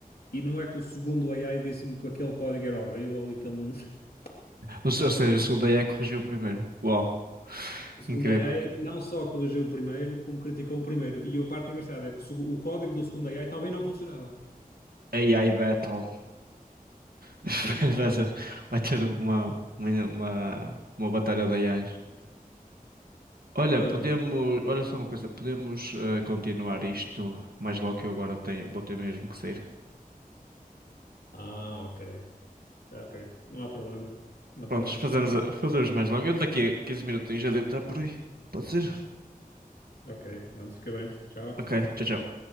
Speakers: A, on the left (about 85°); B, on the right (about 75°).
A: E não é que o segundo AI disse-me que aquele código era horrível e que ele não. <laughs>
B: Ou se- ou seja, o segundo AI corrigiu o primeiro. Uau,
A: O segundo
B: incrível.
A: AI não só corrigiu o primeiro, como criticou o primeiro. E a parte engraçada é que o seg- o código do segundo AI também não funcionava.
B: AI Battle. <laughs> Vai ser- vai ter uma, uma, uma, uma batalha de AIs. Olha,
A: Ora
B: podemos.
A: bem, eu...
B: Olha só uma coisa, podemos eh, continuar isto mais logo que eu agora tenho, vou ter mesmo que sair.
A: Ah, ok. Ah, ok. Não há problema. Não há
B: Prontos,
A: problema.
B: fazemos, a- fazemos mais logo. Eu daqui a 15 minutinhos já devo estar por aí. Pode ser?
A: Ok, pronto, fica bem. Tchau.
B: Ok, tchau, tchau.